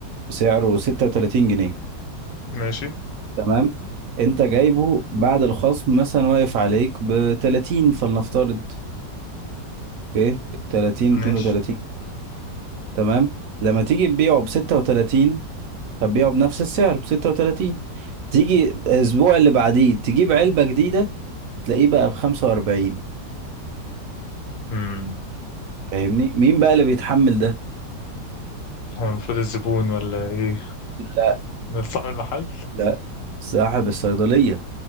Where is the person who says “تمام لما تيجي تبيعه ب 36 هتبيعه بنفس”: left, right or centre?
Right